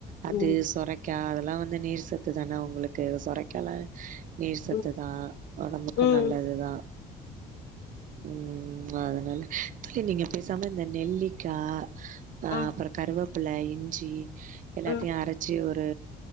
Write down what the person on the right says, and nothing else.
அது
சொரக் கா அதல்லா வந்து நீர் சத்து தான உங்களுக்கு சுரைக்காலா நீர் சத்து
தா ஒடம்புக்கு
நல்லதுதா ம் ம் அதனால தோழி நீங்க பேசாம இந்த நெல்லிக்கா அ
அப்றோ கருவேப்பில இஞ்சி எல்லாத்தையு
அரச் சி ஒரு